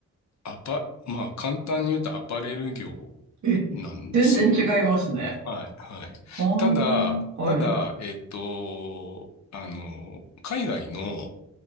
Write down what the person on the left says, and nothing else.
アパ、まあ、簡単に言うとアパレル業
なんですね。
はい、はい。
ただ、
ただ、えっと、あの、海外の